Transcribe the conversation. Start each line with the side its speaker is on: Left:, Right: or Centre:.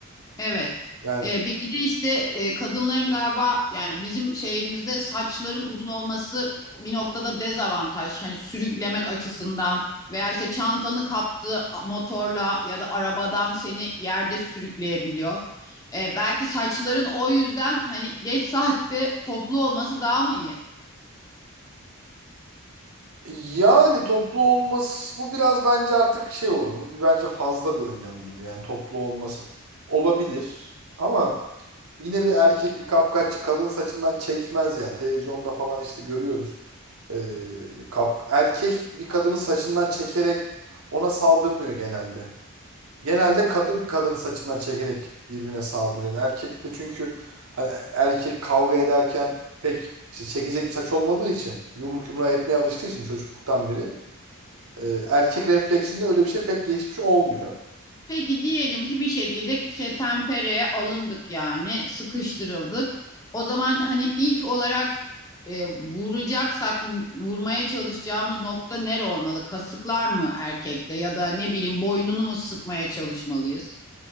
Left: Evet.
Right: Yani
Left: Ee, bir de işte e, kadınların galiba yani bizim şeyimizde saçların uzun olması bir noktada dezavantaj. Hani sürüklemek açısından veya işte çantanı kaptığı motorla ya da arabadan seni yerde sürükleyebiliyor. Ee, belki saçların o yüzden hani geç saatte toplu olması daha mı iyi?
Right: yani toplu olması bu biraz bence artık şey olur. Bu bir bence fazla bir önlem olur. Yani toplu olması olabilir ama Yine bir erkek bir kapkaççı kadın saçından çekmez yani. Televizyonda falan işte görüyoruz. Ee, kap erkek bir kadının saçından çekerek ona saldırmıyor genelde. Genelde kadın kadının saçından çekerek birbirine saldırıyor. Yani erkek de çünkü hani erkek kavga ederken pek işte çekecek bir saç olmadığı için yumruk yumruğa etmeye alıştığı için çocukluktan beri e, erkek refleksinde öyle bir şey pek geçmiş olmuyor.
Left: Peki diyelim ki bir şekilde ketenpereye alındık yani sıkıştırıldık. O zaman hani ilk olarak e, vuracaksak vurmaya çalışacağımız nokta nere olmalı? Kasıklar mı erkekte ya da ne bileyim boynunu mu sıkmaya çalışmalıyız?